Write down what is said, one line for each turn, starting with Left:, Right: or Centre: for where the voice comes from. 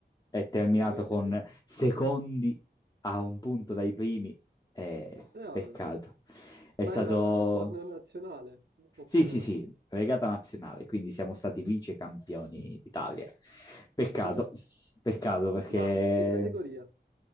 Left: è terminato
Right: Siete arrivati
Left: con
Right: prima?
Left: secondi a un punto dai primi. Eh,
Right: Eh, vabbè.
Left: peccato. È
Right: Ma
Left: stato...
Right: era torneo nazionale, oppure
Left: Sì, sì,
Right: no?
Left: sì, regata nazionale, quindi siamo stati vice campioni d'Italia. Peccato,
Right: Vabbè,
Left: peccato perché
Right: ma che categoria?